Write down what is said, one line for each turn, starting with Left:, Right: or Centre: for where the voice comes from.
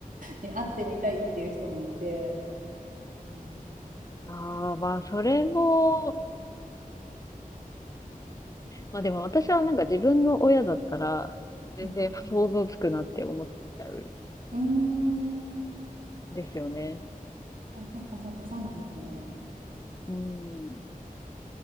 Right: に会ってみたいっていう人もいて、うん、
Left: あ、ああ、まあそれも、まあでも私はなんか自分の親だったら全然想像つくなって思っちゃう
Right: うん、ん
Left: んですよね。
Right: あ、そっかそっか、そうなんですね。
Left: うん。